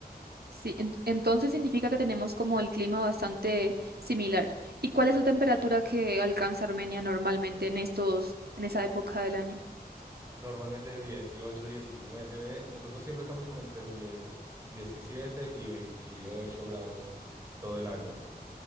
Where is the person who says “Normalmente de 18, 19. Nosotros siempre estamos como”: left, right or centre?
Right